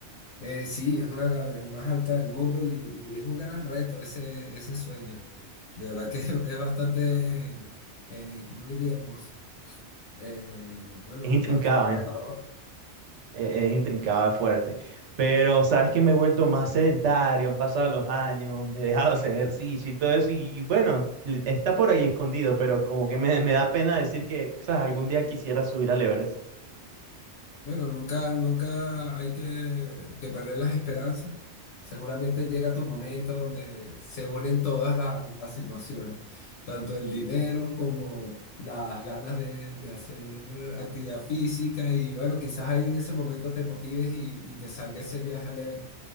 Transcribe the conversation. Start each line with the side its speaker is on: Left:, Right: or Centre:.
Left: Eh, sí, es una de las más altas del mundo y, y es un gran reto ese, ese sueño. De verdad que <laughs> es bastante, eh, ¿cómo diríamos? Eh, bueno,
Right: Es intrincada,
Left: bastante retador.
Right: e- es intrincado, es fuerte. Pero sabes que me he vuelto más sedentario, han pasado los años, he dejado de hacer ejercicio y todo eso, y bueno, l- está por ahí escondido, pero como que me, me da pena decir que, sabes, algún día quisiera subir al Everest.
Left: Bueno, nunca, nunca hay que, que perder las esperanzas. Seguramente llega tu momento donde se unen todas la- las situaciones, tanto el dinero como las ganas de, de hacer actividad física y bueno, quizás ahí en ese momento te motives y, y te salga ese viaje a leer.